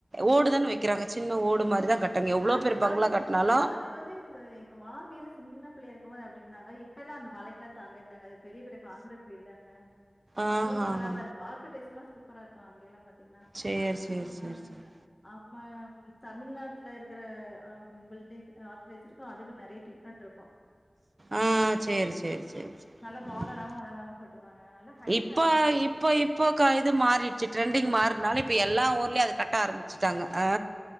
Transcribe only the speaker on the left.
அது
வந்து
இல்ல அது வந்து எங்க மாமி எல்லாம சின்ன பிள்ளையா இருக்கும்போது அப்டி இருந்தாங்க இப்பெல்லாம் அந்த மலைக்கெல்லாம் தாங்கவே தாங்காது பெரிய பெரிய கான்க்ரீட் வீடு தாங்க
பங்களா பங்களாவா
இருக்கும் ஆயூடேஷன்லா சூப்பரா இருக்கும் அங்கேல்லாம் பாத்தா ன்னா
ஆ
அ நம்ம தமிழ்நாடு ட்ல இருக்குற அம் பில்டிங் <unintelligible> அதுக்கும் நெறைய டிஃப்ரெண்ட் இருக்கும்
நல்லா மாடர்னாவு
அழகாவு கட்டுவாங்க நல்லா ஹைட்டா
இருக்கு